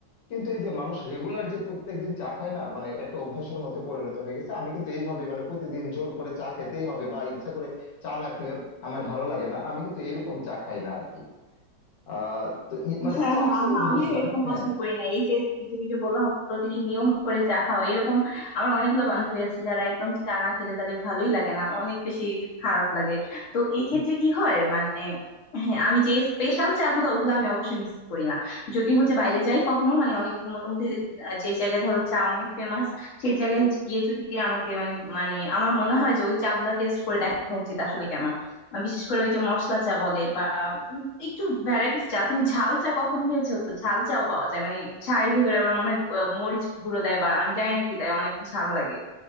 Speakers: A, on the left (about 80°); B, on the left (about 50°).
A: কিন্তু এই যে মানুষ রেগুলার যে প্রত্যেকদিন চা খায় না মানে একটা অভ্যাসের মধ্যে পরিণত হয়ে গেছে আমি কিন্তু এইভাবে মানে প্রতিদিন জোর করে চা খেতেই হবে বা ইচ্ছা করে চা না খেলে আমার ভালো লাগে না আমি কিন্তু এরকম চা খাই না আর কি আহ তো ই- মানে
B: হ্যাঁ
A: চাঁদ
B: হ্যাঁ আহা,
A: তো
B: আমিও
A: বুঝলাম
B: এরকম
A: হ্যাঁ
B: পছন্দ করি না এই যে তুমি যে বললা প্রতিদিন নিয়ম করে চা খাও এরকম আমার অনেকগুলো বান্ধবী আছে যারা একদম চা না খেলে তাদের ভালোই লাগে না অনেক বেশি খারাপ লাগে তো এই ক্ষেত্রে কি হয় মানে হ্যাঁ আমি যে স্পেশাল চা গুলো ওগুলো আমি অবশ্যই মিস করি না যদি হচ্ছে বাইরে যাই কখনো মানে অনেক মোটামুটি যে জায়গায় ধরো চা অনেক ফেমাস সেই জায়গায় গিয়ে যদি আমাকে মানে মানে আমার মনে হয় যে ওই চা গুলা টেস্ট করে দেখা উচিত আসলে কেমন আহ বিশেষ করে ওই যে মশলা চা বলে বা উম একটু ভ্যারাইটিস চা তুমি ঝাল চা কখনো খেয়েছো ঝাল চাও পাওয়া যায় মানে চায়ের ভেতরে আবার মনে হয় আহ মরিচ গুঁড়ো দেয় বা আমি জানি না কি দেয় অনেক ঝাল লাগে